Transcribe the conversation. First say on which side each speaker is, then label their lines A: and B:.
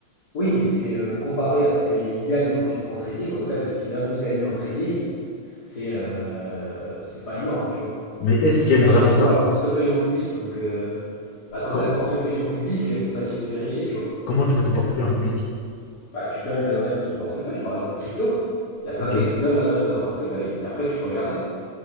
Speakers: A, on the left; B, on the left.
A: Oui, mais c'est euh, comparé à ce qu'ils gagnent en, en trading, en tout cas de ce qu'ils annoncent gagner en trading, c'est euh, c'est pas énorme, tu vois.
B: Mais est-ce qu'il gagne
A: Sachant
B: vraiment
A: qu'ils
B: ça
A: ont leur portefeuille en public, donc euh, bah, quand
B: Com-
A: tu as le portefeuille en public, euh, c'est facile de vérifier, tu vois.
B: Comment tu mets ton portefeuille en public
A: Bah, tu donnes l'adresse de ton portefeuille, par exemple crypto, il y a plein
B: Ok.
A: de mecs qui donnent l'adresse de leur portefeuille, et après tu peux regarder,